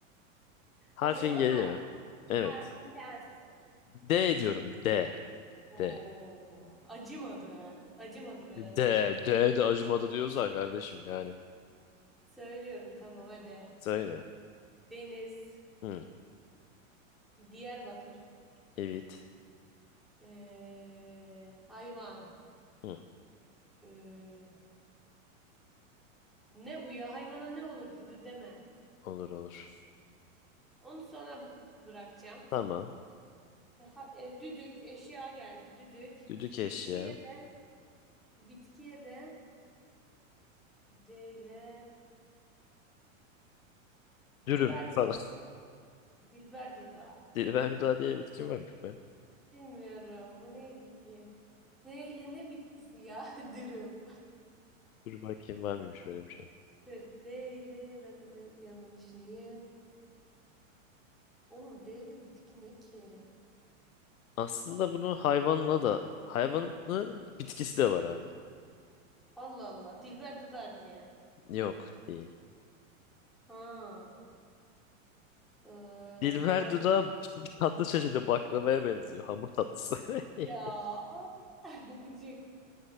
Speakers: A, on the left; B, in the centre.
A: Harfin
B: O zaman
A: geliyor.
B: har-
A: Evet.
B: harfim gelsin.
A: D diyorum. D.
B: Oo.
A: D.
B: Acımadı. Acımadı Berat
A: D.
B: abim.
A: D de acımadı diyorsan kardeşim yani.
B: Söylüyorum tamam hadi.
A: Söyle.
B: Deniz.
A: Hı,
B: Diyarbakır.
A: evet.
B: Ee, hayvan.
A: Hı.
B: Ee, Ne bu ya? Hayvana ne olur ki? Dur deme.
A: Olur olur.
B: Onu sona b- bırakacağım.
A: Tamam.
B: E, ha- e, düdük eşya geldi. Düdük.
A: Düdük
B: Bitkiye
A: eşya.
B: de bitkiye de D ile
A: Dürüm
B: Dilber dudağı.
A: falan. <laughs>
B: Dilber dudağı.
A: Dilberda diye bitki varmış be.
B: Bilmiyorum. Bu neydi ki? D ile ne bitkisi ya? <laughs> Dürüm.
A: Dur bakayım var mıymış böyle bir şey.
B: Dur D ile ben de böyle bir yandan düşüneyim. Oğlum D ile bitki ne ki?
A: Aslında bunu hayvanla da hayvanın bitkisi de var abi.
B: Allah Allah. Dilber dudağı diye.
A: Yok değil.
B: Ha. Ee,
A: Dilber
B: do
A: dudağı <laughs> tatlı çeşidi baklavaya benziyor. Hamur tatlısı. <laughs>
B: ya. <laughs> Gıcık.